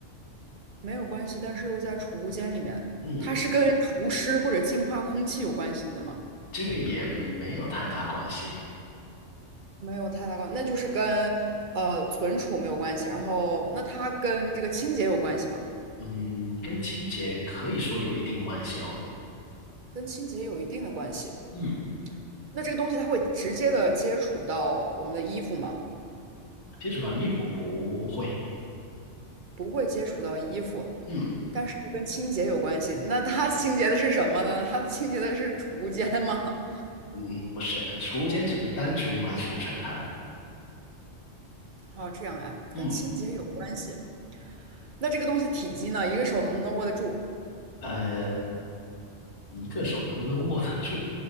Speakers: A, on the right; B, on the left.
A: 没有关系，但是又在储物间里面，
B: 嗯，
A: 它是跟除湿或者净化空气有关系的吗？
B: 这个也没有太大关系。
A: 没有太大关，那就是跟呃存储没有关系。然后，那它跟这个清洁有关系吗？
B: 嗯，跟清洁可以说有一定关系哦。
A: 跟清洁有一定的关系。
B: 嗯，
A: 那这个东西它会直接的接触到我们的衣服吗？
B: 接触到衣服不会。
A: 不会接触到衣服，
B: 嗯
A: 但是又跟清洁有关系。那它清洁的是什么呢？它清洁的是储物间吗？
B: 嗯，不是，储物间只是单纯用来储存它的。
A: 哦，这样呀，
B: 嗯，
A: 跟清洁有关系。那这个东西体积呢？一个手能不能握得住？
B: 呃，一个手能不能握得住？